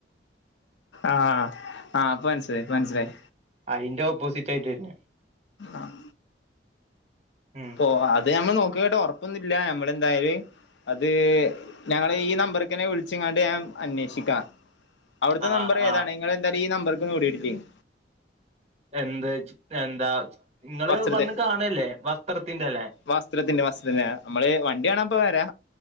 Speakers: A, on the left (about 85°); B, on the right (about 40°).
A: ആഹ്, ആ പ്പൻസിലായി പൻസിലായി.
B: അയിന്റെ ഓപ്പോസിറ്റ് ആയിട്ട് വര്ണ്.
A: ആഹ്‌.
B: ഉം
A: ഓ അത് ഞമ്മൾ നോക്ക്യോട്ട് ഉറപ്പൊന്നുല്ലിയ നമ്മളെന്തായാല് അത് ഞങ്ങള് ഈ നമ്പർക്കന്നെ വിളിച്ച്ങ്ങാണ്ട് ഞാൻ അന്വേഷിക്കാം. അവ്ടുത്തെ
B: ആഹ്
A: നമ്പർ ഏതാണ്?
B: ആഹ്
A: ഇങ്ങള് എന്തായാലും ഈ നമ്പർക്കൊന്ന് <unintelligible>
B: എന്ത് ച്ച് എന്താച്ച് നിങ്ങള്
A: വസ്ത്രത്തെ
B: വന്ന് കാണെല്ലേ വസ്ത്രത്തിന്റെല്ലേ?
A: വസ്ത്രത്തിന്റെ വസ്ത്രത്തിന്റെ ന്നമ്മള് വണ്ടി കാണാപ്പ വരാ